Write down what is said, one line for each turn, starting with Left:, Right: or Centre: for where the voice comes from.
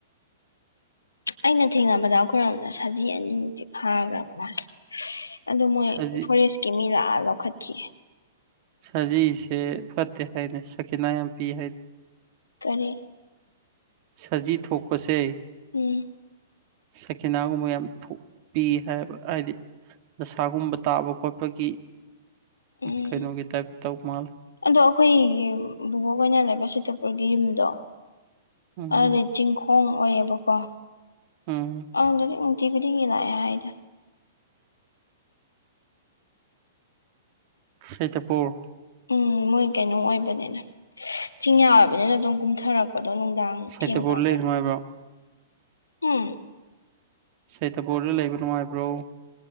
Left: ꯑꯩꯅ ꯊꯦꯡꯅꯕꯗ ꯑꯩꯈꯣꯏꯔꯣꯝꯗ ꯁꯖꯤ ꯑꯅꯤꯃꯨꯛꯇꯤ ꯐꯥꯈ꯭ꯔꯕ ꯃꯥ ꯑ ꯃꯣꯏ
Right: ꯁꯖꯤ
Left: ꯐꯣꯔꯦꯁꯀꯤ ꯃꯤ ꯂꯥꯛꯑ ꯂꯧꯈꯠꯈꯤꯑ
Right: ꯁꯖꯤꯁꯦ ꯐꯠꯇꯦ ꯍꯥꯏꯅ ꯁꯀꯤꯅꯥ ꯌꯥꯝ ꯄꯤ ꯍꯥꯏꯅꯤ
Left: ꯀꯔꯤ
Right: ꯁꯖꯤ ꯊꯣꯛꯄꯁꯦ
Left: ꯎꯝ
Right: ꯁꯀꯤꯅꯥꯒꯨꯝꯕ ꯌꯥꯝ ꯊꯣꯛꯄꯤ ꯍꯥꯏꯕ ꯍꯥꯏꯗꯤ ꯗꯁꯥꯒꯨꯝꯕ ꯇꯥꯕ ꯈꯣꯠꯄꯒꯤ
Left: ꯎꯝ
Right: ꯀꯩꯅꯣꯒꯤ ꯇꯥꯏꯞ ꯇꯧ ꯃꯥꯜꯂꯦ
Left: ꯑꯗꯣ ꯑꯩꯈꯣꯏꯒꯤ ꯕꯣꯕꯣꯛ ꯑꯣꯏꯅ ꯂꯩꯕ ꯁꯤꯇꯄꯨꯔꯒꯤ ꯌꯨꯝꯗꯣ
Right: ꯎꯝ
Left: ꯑꯗꯨꯗꯤ ꯆꯤꯡꯈꯣꯡ ꯑꯣꯏꯌꯦꯕꯀꯣ
Right: ꯎꯝ
Left: ꯑꯗꯨꯗꯗꯤ ꯤꯗꯤꯉꯔ ꯑꯗ
Right: ꯁꯤꯇꯄꯨꯔ
Left: ꯎꯝ ꯃꯣꯏ ꯀꯩꯅꯣ ꯑꯣꯏꯕꯅꯤꯅ ꯆꯤꯡꯌꯥ ꯑꯣꯏꯕꯅꯤꯅ ꯑꯗꯨꯝ ꯀꯨꯝꯊꯔꯛꯄ ꯄꯗꯣ ꯅꯨꯡꯗꯥꯡ
Right: ꯁꯩꯇꯄꯨꯔꯗ
Left: ꯊꯦꯡꯀꯥꯟꯗ
Right: ꯂꯩ ꯅꯨꯡꯉꯥꯏꯕ꯭ꯔꯣ
Left: ꯍꯝ
Right: ꯁꯇꯕꯗ ꯂꯩꯕ ꯅꯨꯡꯉꯥꯏꯕ꯭ꯔꯣ